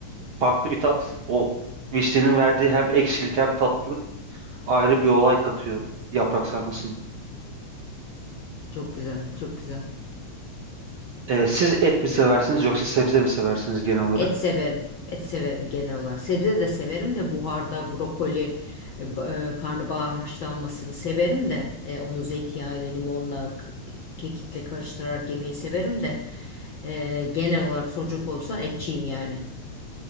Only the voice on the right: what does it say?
Farklı bir tat. O vişnenin verdiği hem ekşilik hem tatlılık ayrı bir olay katıyor yaprak sarmasına.
Ee, siz et mi seversiniz yoksa sebze mi seversiniz genel olarak?